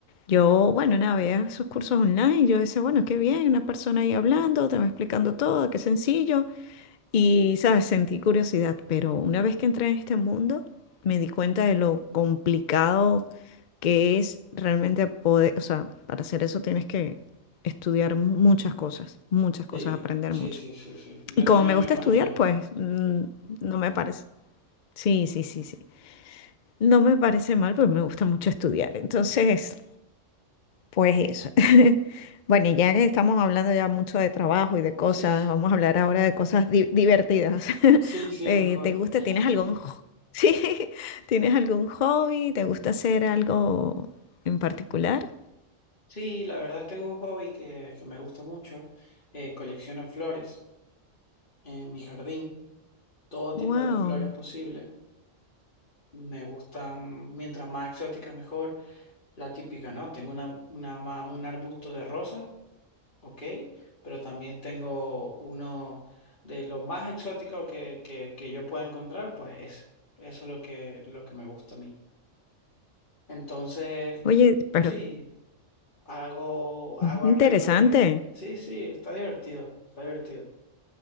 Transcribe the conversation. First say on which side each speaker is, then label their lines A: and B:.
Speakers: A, on the left (about 60°); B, on the left (about 40°).
A: Yo, bueno, nada, veía esos cursos online, yo decía, bueno, qué bien, una persona ahí hablando, te va explicando todo, qué sencillo. Y, sabes, sentí curiosidad, pero una vez que entré en este mundo, me di cuenta de lo complicado que es realmente poder, o sea, para hacer eso tienes que estudiar muchas cosas, muchas cosas,
B: Sí,
A: aprender
B: sí,
A: mucho.
B: sí, sí, sí. Yo
A: Y como
B: también
A: me gusta
B: me imagino.
A: estudiar, pues
B: <laughs>
A: mm, no me parece. Sí, sí, sí, sí. No me parece mal, pues me gusta mucho estudiar. Entonces, pues eso. <laughs> Bueno, y ya que estamos hablando ya mucho de trabajo y de cosas,
B: Sí,
A: vamos a hablar ahora de cosas di- divertidas. <laughs>
B: sí, sí,
A: Eh,
B: mejor.
A: ¿te gusta?
B: <laughs>
A: ¿Tienes algún jo- <laughs> sí, ¿tienes algún hobby? ¿Te gusta hacer algo en particular?
B: Sí, la verdad tengo un hobby que, que me gusta mucho. Eh, colecciono flores en mi jardín, todo
A: Wow.
B: tipo de flores posible. Me gustan, mientras más exóticas mejor. La típica, ¿no? Tengo una, una ma- un arbusto de rosas, ok, pero también tengo uno de lo más exótico que, que, que yo pueda encontrar, pues es. Eso es lo que, lo que me gusta a mí. Entonces,
A: Oye, pero
B: sí. Hago, hago
A: interesante.
B: arreglo de... Sí, sí, está divertido, está divertido.